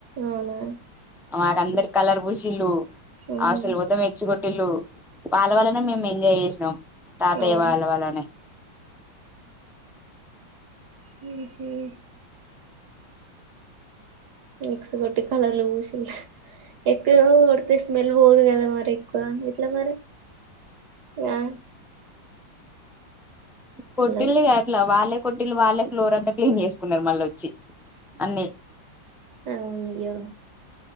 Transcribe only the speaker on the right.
అవునా
ఆ అవును
అవును
హ్మ్ ఎగ్స్ కొట్టి కలర్లు పూసి ఎక్కువగా కొడితే స్మెల్ పోదు కదా మరి ఎక్కువ ఎట్లా మరి ఆ
హలో
అవునుయ్యో